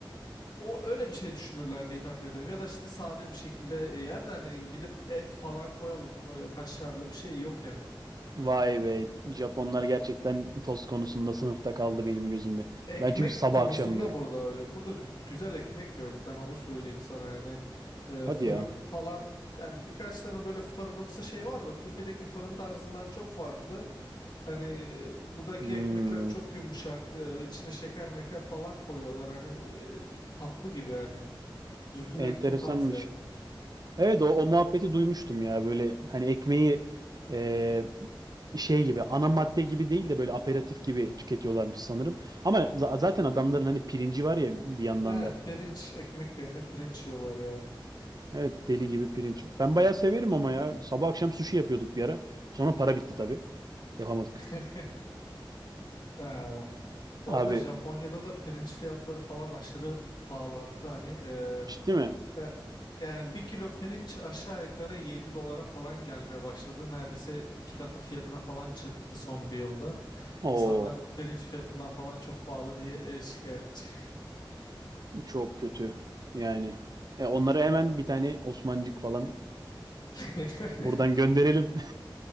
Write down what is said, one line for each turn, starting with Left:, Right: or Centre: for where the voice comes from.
Left: o öyle bir şey düşünürler diye tahmin ediyorum. Ya da işte sade bir şekilde e, yer de hani gidip et falan koyalım. e, kaşarlı bir şey yok yani.
Right: Vay be. Japonlar gerçekten tost konusunda sınıfta kaldı benim gözümde.
Left: Ekmek
Right: Ben çünkü sabah
Left: konusunda
Right: akşam yiyorum.
Left: burada öyle. Burada d- güzel ekmek de yok. Ben onu söyleyeyim sana yani. Ee,
Right: Hadi
Left: fırın
Right: ya.
Left: falan yani birkaç tane böyle fırınımsı şey var da Türkiye'deki fırın tarzından çok farklı. Hani e, buradaki
Right: Hmm,
Left: ekmekler çok yumuşak. e, içine şeker meker falan koyuyorlar. Hani e, tatlı gibi yani. Düzgün
Right: enteresanmış.
Left: ekmek az yani.
Right: Evet o, o muhabbeti duymuştum ya. Böyle hani ekmeği e, şey gibi ana madde gibi değil de böyle aperatif gibi tüketiyorlarmış sanırım. Ama za- zaten adamların hani pirinci var ya bir yandan
Left: Evet
Right: da.
Left: pirinç ekmek yerine pirinç yiyorlar yani.
Right: Evet deli gibi pirinç. Ben bayağı severim ama ya. Sabah akşam sushi yapıyorduk bir ara. Sonra para bitti tabii. Yapamadık.
Left: <laughs> Ee,
Right: <laughs>
Left: bu
Right: Abi
Left: arada Japonya'da da pirinç fiyatları falan aşırı pahalandı. Hani e,
Right: Ciddi mi?
Left: Ya- Yani bir kilo pirinç aşağı yukarı 7 dolara falan gelmeye başladı. Neredeyse iki katı fiyatına falan çıktı son bir yılda.
Right: Oo,
Left: İnsanlar pirinç fiyatından falan çok pahalı diye e, şikayetçi.
Right: çok kötü. Yani e, onlara hemen bir tane Osmancık falan
Left: <laughs>
Right: buradan gönderelim.